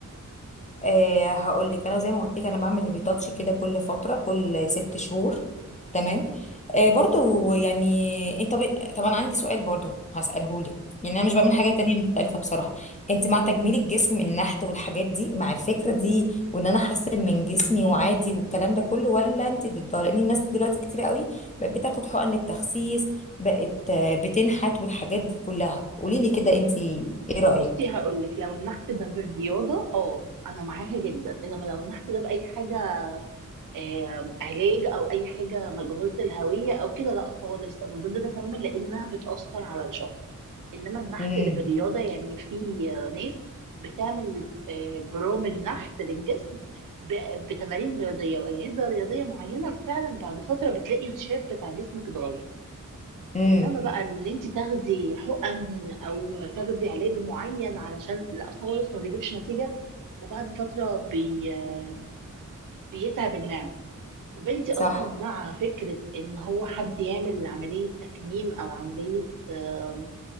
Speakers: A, on the left; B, on the right.
A: أه هقول لك انا زي ما قلت لك انا بعمل ريتاتش كده كل فتره كل ست شهور تمام أه برضو يعني انت طب طب انا عندي سؤال برضو هساله لك يعني انا مش
B: اه
A: بعمل حاجه تانية مختلفه بصراحه انت مع تجميل الجسم النحت والحاجات دي مع الفكره دي وان انا احسن من جسمي وعادي والكلام ده كله ولا انت ضدها لان الناس دلوقتي كتير قوي بقت بتاخد حقن التخسيس بقت آه، بتنحت والحاجات دي كلها قولي لي كده انت ايه رايك
B: بصي هقول لك لو النحت ده بالرياضة اه أنا معاها جدا إنما لو النحت ده بأي حاجة آم، علاج او اي حاجه مجهوله الهويه او كده لا خالص انا ضد ده تماما لانها بتاثر على الشخص انما النحت
A: امم
B: اللي بالرياضه يعني في ناس بتعمل آه، برامج نحت للجسم ب- بتمارين رياضيه واجهزه رياضيه معينه فعلا بعد فتره بتلاقي الشيب بتاع جسمك اتغير
A: امم
B: انما بقى اللي انت تاخدي حقن او تاخدي علاج معين علشان لا خالص ما بيجيبش نتيجه وبعد فتره بي... آه، بيتعب المعده طب انت اصلا
A: صح
B: مع فكرة ان هو حد يعمل عملية تكميم او عملية آه،